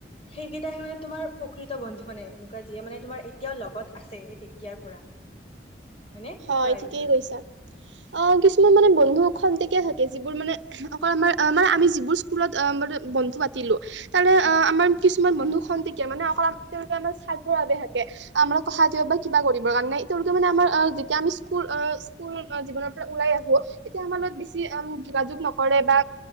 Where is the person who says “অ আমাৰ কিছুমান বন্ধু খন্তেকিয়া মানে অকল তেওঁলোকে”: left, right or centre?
Right